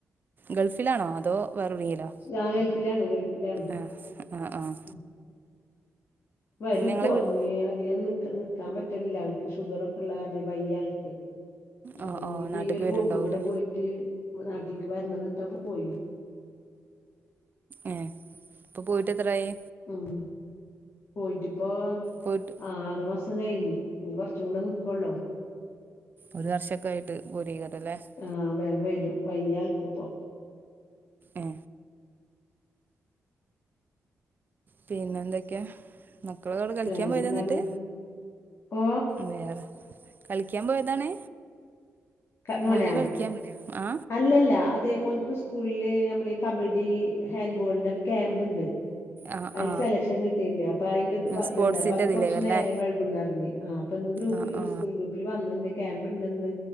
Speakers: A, on the right; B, on the left.
A: ഗൾഫിലാണോ അതോ? വേറെ എവിടെങ്കിലോ
B: ആഹ് ഗൾഫിലാണ് ഗൾഫിലാണ്
A: ആ ഹ് ആഹ് ആഹ്
B: ഉം. വരുപ്പോ
A: നിങ്ങളെ വീട്
B: ഇനി അധികം ന് നി ക്കാ പറ്റണില്ല ആൾക്ക് ഷുഗർ ഒക്കെ ഉള്ള കാരണം വയ്യ ആൾക്ക്
A: ഓ
B: അപ്പൊ ഇനിയിപ്പ
A: ഓ നാട്ട്ക്ക്
B: ഈ ഒരു
A: വരുണ്ടാവൂലേ
B: പോക്കും കൂടെ പോയിട്ട് നാട്ടിലേക്ക് വരണം പറഞ്ഞിട്ടാ പോയെ
A: ഏഹ് ഇപ്പൊ പോയിട്ട് എത്രായി?
B: ഉം പോയിട്ടിപ്പോ
A: പോയിട്ട്
B: ആറുമാസം മ് കഴിഞ്ഞി ഇനി കുറച്ചും കൂടെ നിക്കൊള്ളൂ
A: ഒരു വർഷൊക്കെ ആയിട്ട് <unintelligible>
B: ആഹ് വേ വരും വയ്യാള്ക്ക് ഇപ്പോ
A: ഏ പിന്നെ എന്തൊക്കെയാ? മക്കളവിടെ കളിക്കാമ്
B: വേറെന്താണ്
A: പോയതാ ന്നട്ട്
B: ഓ
A: വേറെ കളിക്കാൻ പോയതാണ്?
B: കാ മോന
A: മോന് കളിക്കാൻ ആ
B: അല്ലല്ല അതെ മോൻക് സ് സ്കൂളില് നമ്മള് ഈ കബഡി ഹാൻഡ്ബോളിന്റെ ഒക്കെ ക്യാമ്പ് ഉണ്ട്
A: ആ
B: അതില്
A: ആ
B: സെലക്ഷൻ കിട്ടിട്ട്ണ്ട് അപ്പൊ അതിന്റെ
A: സ്പോർട്സിൻ്റെ
B: ഇതുണ്ട് അപ്പൊ അത്
A: ഇതിലേക്കല്ലേ
B: കുറച്ചു നേരം വഴുകുന്നറിഞ് ആഹ് അപ്പൊ ഇന്ന് ഗ്രൂപ്പ്
A: ആ
B: ഈ
A: ആ
B: സ്കൂൾ ഗ്രുപ് ന്ന് വന്ന് ണ്ട് ക്യാമ്പ് ഇണ്ട്ന്ന്